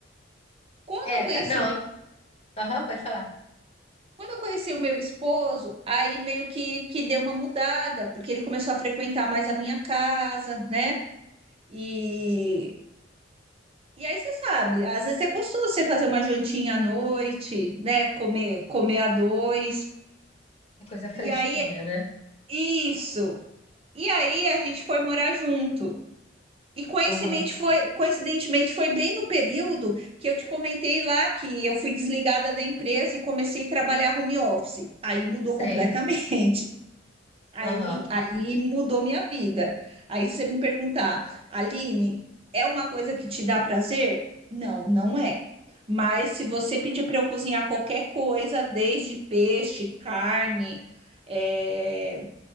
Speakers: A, on the right (about 30°); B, on the left (about 35°).
A: Quando eu
B: É,
A: conheci,
B: ca- não,
A: o meu-
B: aham, pode falar.
A: quando eu conheci o meu esposo, aí meio que, que deu uma mudada, porque ele começou a frequentar mais a minha casa, né? E, e aí você sabe, às vezes é gostoso você fazer uma jantinha à noite, né? Comer, comer a dois.
B: É coisa fresquinha,
A: E aí,
B: né?
A: isso. E aí a gente foi morar junto. E coincidentemente
B: Aham,
A: foi, coincidentemente foi bem no período que eu te comentei lá que eu fui desligada da empresa e comecei a trabalhar home office. Aí mudou
B: sei.
A: completamente. <laughs> Aí,
B: Aham.
A: aí mudou minha vida. Aí se você me perguntar, Aline, é uma coisa que te dá prazer? Não, não é. Mas se você pedir para eu cozinhar qualquer coisa, desde peixe, carne, eh,